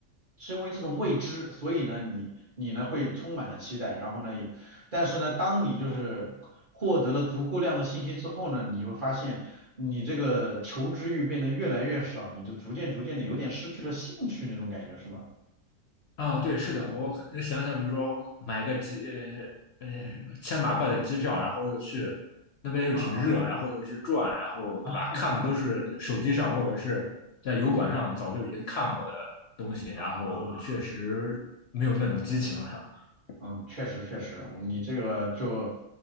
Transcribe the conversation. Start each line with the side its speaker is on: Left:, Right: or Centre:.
Right: 是因为这种未知，所以呢，你你呢会充满了期待，然后呢也但是呢，当你就是获得了足够量的信息之后呢，你会发现你这个求知欲变得越来越少，你就逐渐逐渐的有点失去了兴趣那种感觉，是吧？
Left: 啊，对，是的，我可想想，比如说买个机，呃呃千把块的机票，然后又去那边又挺热，
Right: 嗯嗯
Left: 然后又去转，然后对吧？
Right: 啊
Left: 看的都是手机上或者是在油管上早就已经看过的东西，然后确实没有那种激情了。
Right: 啊。
Left: <laughs>
Right: 嗯，确实确实，我你这个就，